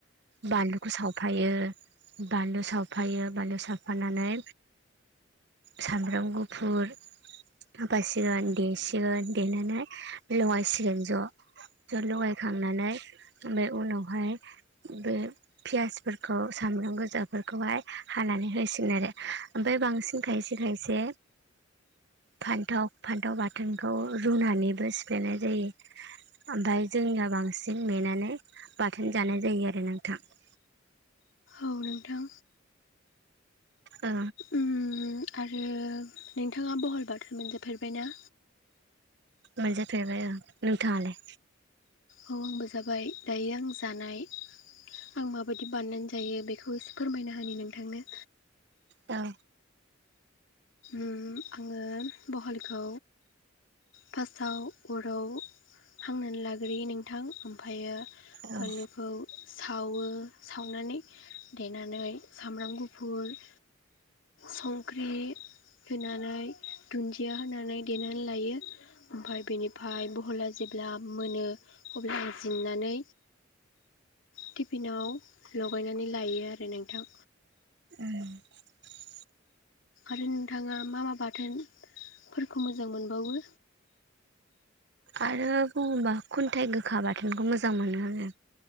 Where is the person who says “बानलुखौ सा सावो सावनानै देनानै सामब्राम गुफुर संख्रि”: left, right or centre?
Left